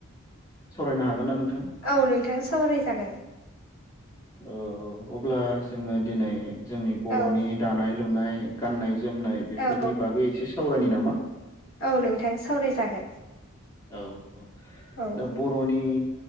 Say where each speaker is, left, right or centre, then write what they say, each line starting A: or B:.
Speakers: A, on the left (about 20°); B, on the left (about 65°).
A: सावरायनो हागोन ना नों
B: औ नोंथा सावराय जागोन
A: औ औ अब्ला जोङो दिनै जोंनि बर'नि
B: औ
A: दानाय लुनाय गाननाय जोम जोमनाय बेफोरनि
B: औ
A: बागै एसे सावरायनि नामा
B: औ नोंथां सावरायजागोन
A: औ औ
B: औ
A: दा बर'नि